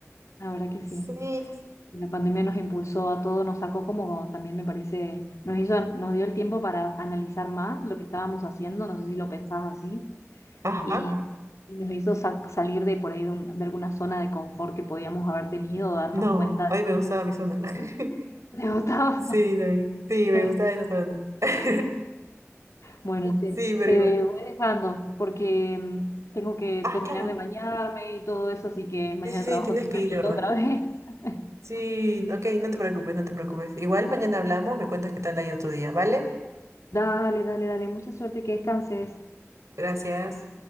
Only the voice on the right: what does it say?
Sí.
Ajá.
No,
a mí me gustaba mi zona. <laughs>
Sí, también. Sí, me
gustaba esa zona. <laughs>
Sí, pero
igual.
Ah,
claro.
Sí, sí, sí,
tienes
que ir, ¿verdad?
Sí, ok, no te preocupes, no te preocupes. Igual mañana hablamos, me cuentas qué tal ha ido tu día, ¿vale?
Gracias.